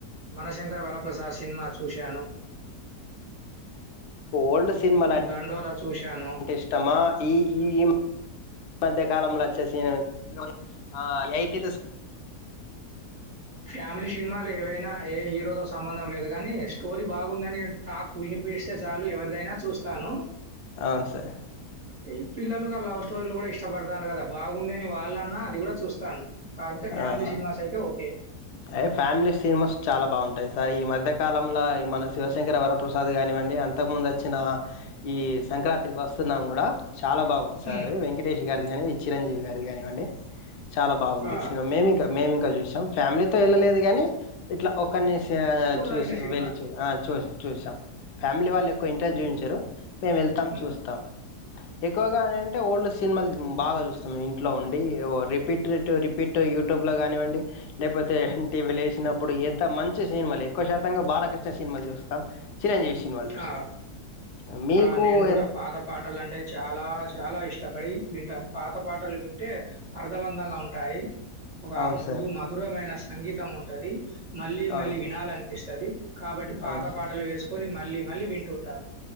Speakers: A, on the right (about 35°); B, on the left (about 80°).
A: మనశంకర వరప్రసాద్ సినిమా చూశాను
B: ఓల్డ్ సినిమలం
A: దండోరా చూశాను.
B: టే ఇష్టమా ఈ ఈ ఈ మధ్య కా కాలంలో వచ్చ స ఆ ఎయిటీస్
A: ఫ్యామిలీ సినిమాలు ఏవైనా ఏ హీరోతో సంబంధం లేదు కానీ స్టోరీ బాగుందని టాక్ విని పిలిస్తే చాలు ఎవరిదైనా చూస్తాను
B: అవును సార్
A: ఏ పిల్లలుగ లవ్ స్టోరీలు కూడా ఇష్టపడతాను కదా బాగుంది అని వాళ్ళన్నా అది గూడ చూస్తాను కాకపోతే ఫ్యామిలీ
B: ఆ,
A: సినిమాసయితె ఓకే
B: ఏ ఫ్యామిలీ సినిమాస్ చాలా బాగుంటాయి సార్ ఈ మధ్యకాలంలో మన శివశంకర వరప్రసాద్ కానివ్వండి అంతకుముందు వచ్చిన ఈ సంక్రాంతికి వస్తున్నాం కూడా చాలా బాగుంది సార్
A: హ్మ్.
B: అవి వెంకటేష్ గారిది కానీవి చిరంజీవి గారిది కానివ్వండి చాలా బాఉంది
A: ఆ!
B: మేమింకా మేము ఇంకా చూసాం ఫ్యామిలీతో వెళ్ళలేదుగాని ఇట్లా ఒకరిని ఇగ
A: చూడదగిన
B: చూసి
A: సినిమా.
B: వెళ్ళి చూ ఆ చూ చూసాం ఫ్యామిలీ వాళ్ళు ఎక్కువ ఇంట్రెస్ట్
A: హ్మ్.
B: చూయించరు మేము వెళ్తాం
A: హ్మ్.
B: చూస్తాం ఎక్కువగా అ అంటే ఓల్డ్ సినిమాలు బాగా జూస్తం ఇంట్లో ఉండి ఓ రిపీటట్ రీ పిట్ యూట్యూబ్ లో కానివ్వండి లేకపోతే టీవీలో ఏశినప్పుడు ఎంత మంచి సినిమాలు ఎక్కువ శాతంగా బాలకృష్ణ సినిమాలు చూస్తాం చిరంజీవి సినిమాలు చూసేస్తాం
A: ఆ
B: మీకు
A: ఆ నేను కూడా
B: ఎ
A: పాత పాటలు అంటే చాలా చాలా ఇష్టపడి వింటాను పాత పాటలు వి అంటే అర్థవంతంగా ఉంటాయి. ఒక
B: అవును
A: మృదు
B: సార్
A: మధురమైన సంగీతం ఉంటది. మళ్ళీ మళ్ళీ
B: అవును
A: వినాలనిపిస్తది.
B: సార్
A: కాబట్టి పాత
B: అవును సార్
A: పాటలు వేసుకొని. మళ్లీ. మళ్ళీ వింటుంటాను.